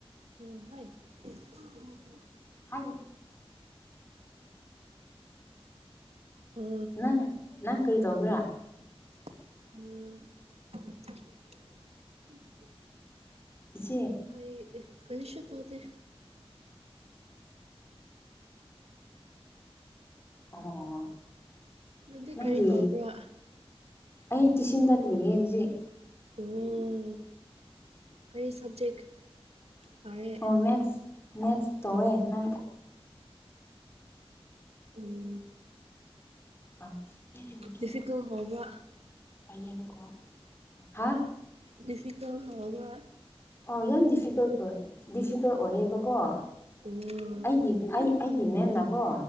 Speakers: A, on the right; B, on the left.
A: ꯎꯝ ꯍꯣꯏ <unintelligible>
B: ꯍꯥꯏ
A: ꯑ
B: ꯅꯪ ꯅꯪ ꯀꯩ ꯇꯧꯕ꯭ꯔꯥ
A: <unintelligible>
B: ꯏꯆꯦ
A: ꯑꯩ ꯀꯔꯤꯁꯨ ꯇꯧꯗꯦ
B: ꯑꯣ
A: ꯅꯪꯗꯤ
B: ꯅꯪꯒꯤ
A: ꯀꯔꯤ ꯇꯧꯕ꯭ꯔꯥ
B: ꯑꯩ ꯇꯤꯆꯤꯡꯗ ꯂꯩꯌꯦ ꯍꯧꯖꯤꯛ
A: ꯑꯣ ꯀꯔꯤ ꯁꯕꯖꯦꯛ ꯄꯥꯔꯦ
B: ꯑꯣ ꯃꯦꯁ ꯃꯦꯁ ꯇꯧꯋꯦ
A: ꯑ
B: ꯅꯪ
A: ꯎꯝ
B: <unintelligible>
A: ꯗꯤꯐꯤꯀꯜ ꯍꯧꯕ꯭ꯔꯥ
B: ꯍꯥ
A: ꯗꯤꯐꯤꯀꯜ ꯍꯧꯔꯒ
B: ꯑꯣ ꯌꯥꯝ ꯗꯤꯐꯤꯀꯜꯠ ꯑꯣꯏ ꯗꯤꯐꯤꯀꯜꯠ ꯑꯣꯏꯌꯦꯕꯀꯣ ꯑꯩꯒꯤ
A: ꯑꯣ
B: ꯑꯩ ꯑꯩꯒꯤ ꯃꯦꯝꯅꯀꯣ